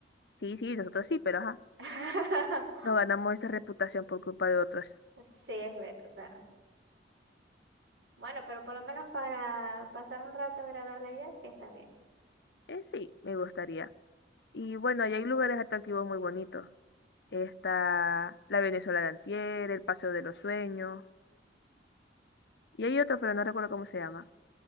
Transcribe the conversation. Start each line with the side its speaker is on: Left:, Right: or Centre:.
Left: Sí, sí, nosotros sí, pero ajá.
Right: <laughs>
Left: No ganamos esa reputación por culpa de otros.
Right: Sí, es verdad. Bueno, pero por lo menos para pasar un rato agradable allá, sí está bien.
Left: Eh, sí, me gustaría. Y bueno, ahí hay lugares atractivos muy bonitos. Está la Venezuela de Antier, el Paseo de los Sueños. Y hay otro, pero no recuerdo cómo se llama.